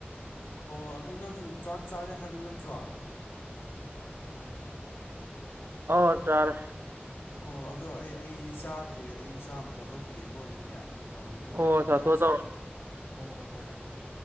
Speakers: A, on the left (about 70°); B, on the right (about 70°).
A: ꯑꯣ ꯑꯗꯨ ꯅꯪ ꯆꯥꯛ ꯆꯥꯔꯦ ꯍꯥꯏꯕ ꯅꯠꯇ꯭ꯔꯣ
B: ꯑꯣ ꯆꯥꯔꯦ
A: ꯑꯣ ꯑꯗꯣ ꯑꯩ ꯑꯩ ꯆꯥꯗ꯭ꯔꯤ ꯑꯩ ꯆꯥꯛ ꯑꯝꯇ ꯆꯥꯊꯣꯛꯈꯤꯒꯦꯀꯣ ꯑꯗꯨꯗꯤ ꯑꯗꯨꯒ ꯑꯃꯨꯛ ꯀꯣꯟꯅ
B: ꯑꯣ
A: ꯐꯥꯎꯅꯔꯁꯦ
B: ꯆꯥꯊꯣꯛ ꯇꯧꯔꯣ
A: ꯍꯣ ꯍꯣꯏ ꯐꯔꯦ ꯐꯔꯦ